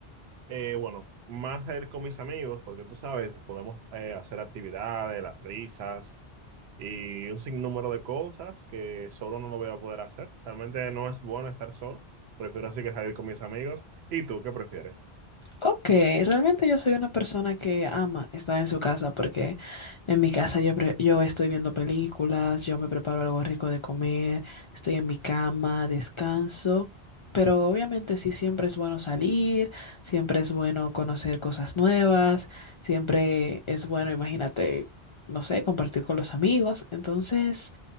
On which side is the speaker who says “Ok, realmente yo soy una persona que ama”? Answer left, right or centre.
Left